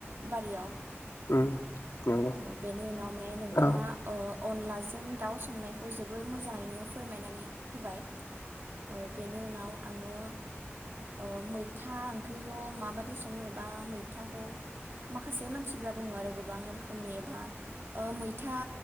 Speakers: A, on the right; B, on the left.
A: बारियाव
B: उम नंगौ
A: औ बेनि उनाव मे नोंथाङा
B: औ
A: ओ अनलाजों दाउ संनायखौ जोबोर मोजाङैनो फोरमायनानै होबाय औ बेनि उनाव आङो ओ मै था ओंख्रिखौ माबायदि सङो एबा मैथाखौ माखासे मानसिफ्रा बुङो आरो गोबां रोखोमनि एबा मैथा